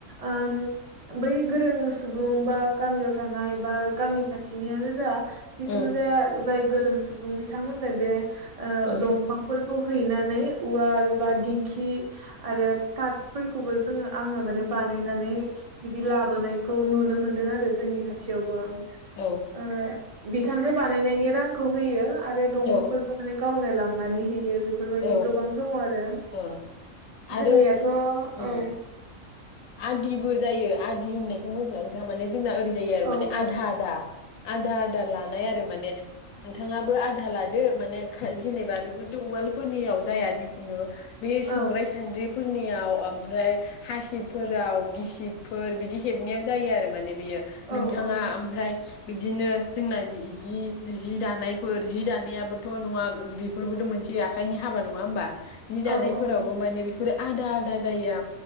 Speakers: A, on the right; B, on the left.
A: ओम बै गोरों सुबुं बा गामियाव थानाय बा गामि खाथिनियानो जा जिखुनु
B: उम
A: जाया जाय गोरों। सुबुं बिथांमोननो बे। ओ-दंफां
B: उम
A: फोर खौ हैनानै उवाल बा दिंखि आरो थाथफोरखौबो जोङो। आङो माने बानायनानै बिदि लाबोनायखौ नुनो मोनदों आरो जोंनि खाथियावबो।
B: औ
A: ओ बिथांनो बानायनायनि रांखौ होयो। आरो दंफांफोरखौ
B: औ
A: माने गावनो लाङ नानै होयो। बेफोरबायदि
B: औ
A: गोबां दङ आरो
B: ओं आरो
A: जोंनियाथ' औ।
B: उम आदिबो जायो आदि होननायखौ मोथिया नोंथाङा माने जोंना ओरै जायो आरो
A: औ
B: माने
A: औ
B: आधा आदा आधा आदा लानाय आरो माने। नोंथाङाबो आधा लादो माने जेनेबा बेफोर द उवाल। फोरनियाव जाया जिखुनु बे
A: औ
B: संग्राय सान्द्रि। फोरनियाव ओमफ्राय हासिबफोराव गिसिबफोर बिदि हेबनायाव जायो आरो माने बिरो
A: औ
B: नोंथाङा
A: औ
B: ओमफ्राय बिदिनो जोंना जि जि दानायफोर जि दानायाबोथ' नङा बेफोरबोथ' मोनसेै आखायनि हाबा नङा होनोमबा? जि
A: औ
B: दानायफोरावबो
A: औ
B: माने बि बेफोर आदा आदा जायो